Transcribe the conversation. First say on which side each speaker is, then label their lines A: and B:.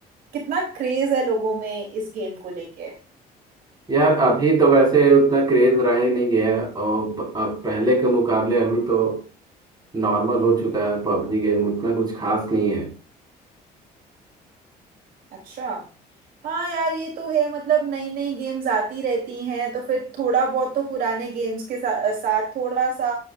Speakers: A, on the right; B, on the right.
A: कितना क्रेज है लोगों में इस गेम को लेके
B: यार अभी तो वैसे उतना क्रेज रहा ही नहीं गया है और ब- अब पहले के मुकाबले अभी तो नॉर्मल हो चुका है पबजी गेम उतना कुछ खास नहीं है
A: अच्छा हाँ यार ये तो है मतलब नई नई गेम्स आती रहती हैं तो फिर थोड़ा बहुत तो पुराने गेम्स के सा, साथ थोड़ा सा